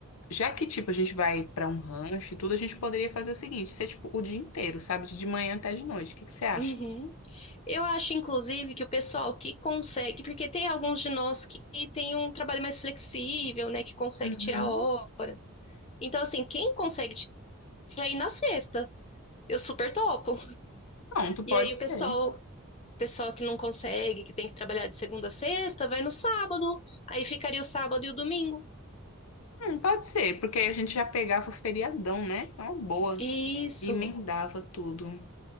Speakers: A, on the left (about 80°); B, on the left (about 30°).
A: Já que, tipo, a gente vai pra um rancho e tudo, a gente poderia fazer o seguinte, ser, tipo, o dia inteiro, sabe? De manhã até de noite. O que que você acha?
B: Uhum. Eu acho, inclusive, que o pessoal que consegue, porque tem alguns de nós que tem um trabalho mais flexível, né, que consegue
A: Uhum.
B: tirar horas. Então, assim, quem consegue tirar aí na sexta, eu super topo.
A: Pronto,
B: E
A: pode
B: aí o
A: ser.
B: pessoal, o pessoal que não consegue, que tem que trabalhar de segunda a sexta, vai no sábado. Aí ficaria o sábado e o domingo.
A: Hum, pode ser, porque aí a gente já pegava o feriadão, né? É uma boa.
B: Isso.
A: E emendava tudo.